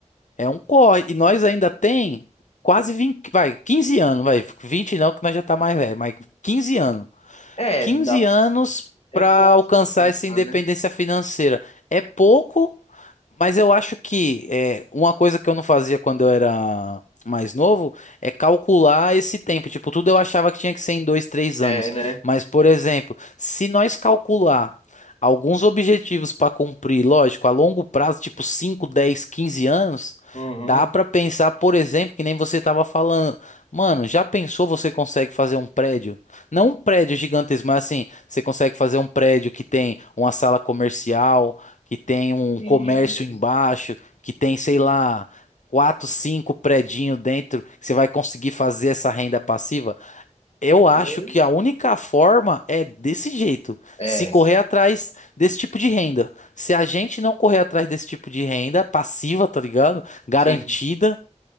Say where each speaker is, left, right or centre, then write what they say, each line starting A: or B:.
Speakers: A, on the left (about 80°); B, on the left (about 55°).
A: é um corre. E nós ainda tem quase 20, vai, 15 anos, vai, 20 não, que nós já tá mais velho, mas 15 anos.
B: É,
A: 15
B: é, dá,
A: anos
B: é
A: para
B: pouco
A: alcançar
B: pra pensar,
A: essa independência
B: né?
A: financeira. É pouco, Mas eu acho que é, uma coisa que eu não fazia quando eu era mais novo é calcular esse tempo. Tipo, tudo eu achava que tinha que ser em dois, três
B: É,
A: anos.
B: né?
A: Mas, por exemplo, se nós calcular alguns objetivos para cumprir, lógico, a longo prazo, tipo 5 10 15 anos,
B: Uhum.
A: dá para pensar, por exemplo, que nem você estava falando. Mano, já pensou você consegue fazer um prédio? Não um prédio gigantesco, mas assim, você consegue fazer um prédio que tem uma sala comercial que tem um
B: Sim.
A: comércio embaixo, que tem, sei lá, quatro, cinco predinho dentro, que você vai conseguir fazer essa renda passiva? Eu acho
B: Eu,
A: que a única forma é desse jeito,
B: é,
A: se correr atrás desse tipo de renda. Se a gente não correr atrás desse tipo de renda passiva, tá ligado? Garantida,
B: sim.